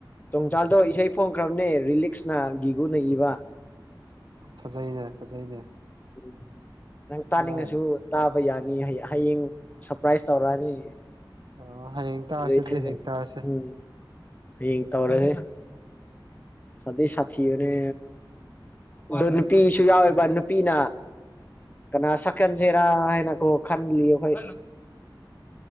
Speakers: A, on the left (about 20°); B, on the right (about 65°).
A: ꯆꯣꯡꯆꯜꯗꯣ ꯏꯁꯩ ꯐꯣꯡꯈ꯭ꯔꯕꯅꯦ ꯔꯤꯂꯤꯛꯁ ꯅꯍꯟ ꯒꯤꯒꯨꯅꯩꯏꯕ
B: ꯐꯖꯩꯅꯦ ꯐꯖꯩꯅꯦ
A: ꯎꯝ ꯅꯪ ꯇꯥꯅꯤꯡꯉꯁꯨ
B: ꯌꯥꯏ
A: ꯇꯥꯕ ꯐꯕ ꯌꯥꯅꯤ ꯍꯌꯦꯡ ꯁꯔꯄ꯭ꯔꯥꯏꯁ ꯇꯧꯔꯛꯑꯅꯤ
B: ꯑ ꯍꯌꯦꯡ ꯇꯥꯔꯁꯤꯗꯤ
A: ꯑꯗꯨꯗꯩ ꯁꯤꯗ
B: ꯍꯌꯦꯡ ꯇꯥꯔꯁꯦ
A: ꯎꯝ ꯍꯌꯦꯡ ꯇꯧꯔꯅꯦ ꯁꯥꯊꯤ ꯁꯥꯊꯤꯌꯅꯦ ꯑ ꯅꯨꯄꯤꯁꯨ ꯌꯥꯎꯋꯦꯕ ꯅꯨꯄꯤꯅ ꯀꯅꯥ ꯁꯀꯟꯁꯦꯔꯥ ꯍꯥꯏꯅ ꯀꯣ ꯈꯜꯂꯤ ꯑꯩꯈꯣꯏ